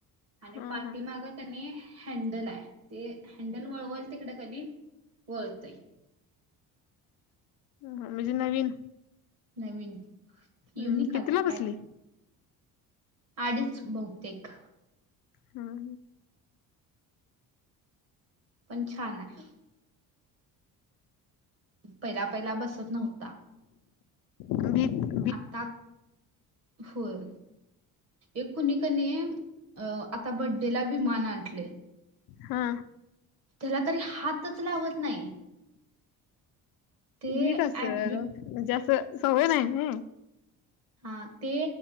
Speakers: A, on the right (about 45°); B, on the left (about 75°).
A: आणि
B: ह
A: पाठी
B: ह
A: मागत त्याने हँडल आए. ते हँडल वळवळ तिकडे कधी वळतंय.
B: म्हणजे नवीन,
A: नवीन युनिक
B: हम् कितीला
A: आली
B: बसली?
A: पाहिजे आडीच बहुतेक.
B: हा.
A: पण छान आय. पहिला पहिला बसत नव्हता.
B: भी
A: आत्ता? होय. एक कुणी कणी अ आता बड्डेला बी मान आणटलेय.
B: हा.
A: त्याला तरी हातच लावत नाही. ते
B: भीत असल.
A: ॲम्ब्यु
B: म्हणजे आसं सवय नाई ना.
A: हा ते